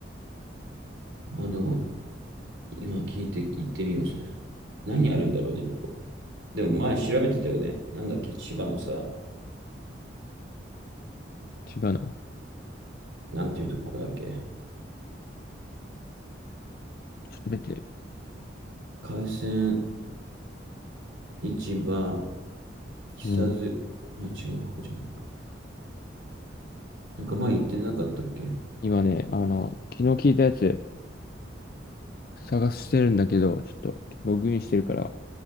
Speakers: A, on the right (about 80°); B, on the left (about 50°).
A: う。まあ、でも、今聞いて行ってみよう。何あるんだろうね、向こう。でも前調べてたよね。なんだっけ、千葉のさ、
B: 千葉の、
A: なんていうとこだっけ。
B: すべて。
A: 海鮮市場、木更津、
B: うん。
A: あ、違う、ここじゃねえか。なんか前言ってなかったっけ。
B: 今ね、あの、昨日聞いたやつ、探してるんだけど、ちょっとログインしてるから、